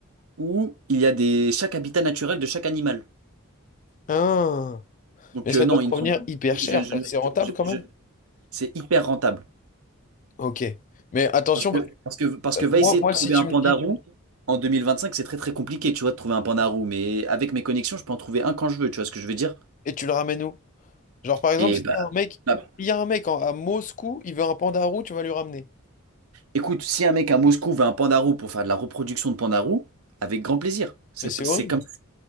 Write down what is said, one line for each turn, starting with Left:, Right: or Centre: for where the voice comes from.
Right: où il y a des chaque habitat naturel de chaque animal.
Left: Ah.
Right: Donc,
Left: Mais ça
Right: euh, non,
Left: doit te
Right: ils ne
Left: revenir
Right: sont.
Left: hyper
Right: je-
Left: cher,
Right: je- je-
Left: ça. c'est rentable
Right: je-
Left: quand
Right: je-
Left: même.
Right: c'est hyper rentable.
Left: Ok. Mais attention,
Right: Parce que,
Left: parce que,
Right: parce que, parce que
Left: euh,
Right: va
Left: moi,
Right: essayer
Left: moi,
Right: de trouver
Left: si tu
Right: un
Left: me
Right: panda
Left: dis,
Right: roux en 2025 c'est très très compliqué, tu vois, de trouver un panda roux. Mais avec mes connexions, je peux en trouver un quand je veux, tu vois ce que je veux dire?
Left: et tu le ramènes où? Genre, par exemple,
Right: Et
Left: s'il
Right: bah,
Left: y a un mec,
Right: bah,
Left: il y a un mec en- à Moscou, il veut un panda roux, tu vas lui ramener.
Right: écoute, si un mec à Moscou veut un panda roux pour faire de la reproduction de panda roux, avec grand plaisir. C'est,
Left: Mais c'est horrible.
Right: c'est comme ça.